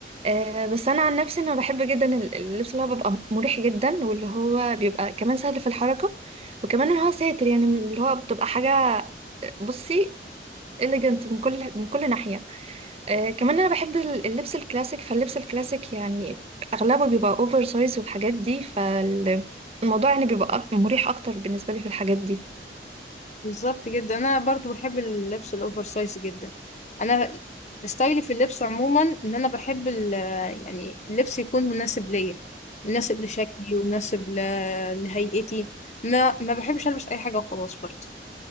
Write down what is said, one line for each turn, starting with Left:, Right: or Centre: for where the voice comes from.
Right: آه بس أنا عن نفسي أنا بحب جدا ال- اللبس اللي هو بيبقى مريح جدا واللي هو بيبقى كمان سهل في الحركة وكمان إن هو ساتر يعني اللي هو بتبقى حاجة بصي إليجنت من كل من كل ناحية آه كمان أنا بحب ال- اللبس الكلاسيك فاللبس الكلاسيك يعني أغلبه بيبقى أوفر سايز والحاجات دي فالموضوع يعني بيبقى مريح أكتر بالنسبة لي في الحاجات دي
Left: بالظبط جدا انا برضو بحب اللبس الاوفر سايز جدا انا ستايلي في اللبس عموما ان انا بحب ال- يعني اللبس يكون مناسب ليا مناسب لشكلي ومناسب ل- لهيئتي ما ما بحبش البس اي حاجة وخلاص برضو